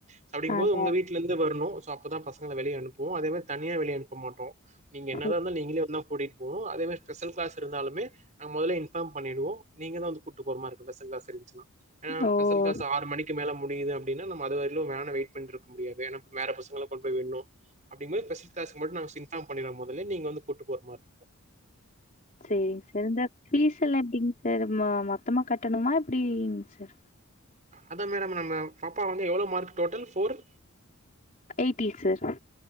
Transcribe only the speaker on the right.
சோ அப்டிங்போது
உங்க வீட்டு லருந்து வரணு சோ அப்பதா பசங்கள வெளிய அனுப்புவோ அதே மாரி தனியா வெளிய அனுப்ப மாட்டோ நீங்க என்னதா
இருந்தாலு நீங்களே வந்தா கூட்டிட்டு போனு அதே மாரி ஸ்பெஷல் கிளாஸ் இருந்தாலுமே நாங்க மொதல்லே இன்ஃபார்ம் பண்ணிடுவோ நீங்கதா வந்து கூட்டு போற மார்ருக்கு ஸ்பெஷல் க்ளாஸ் இருந்துச்சுன்னா ஏனா
பெஷல் க்ளாஸ் ஆறு மணி இதுக்கு மேல முடில அப்டின்னா நம் அதுவரிலு வேண வெயிட் பண்ணிருக்க முடியாது வேற பசங்கள கொண்டு போய் விடணு அப்டிங்கபோது பெசில்கிளாஸ் மட்டும் நாங்க இன்பார்ம் பண்ணிறோ முதல்லே நீங்க வந்து கூட்டு போற மாரி இருக்கோ
அதா மேடம் நம்ம பாப்பா வந்து எவ்ளோ mark total four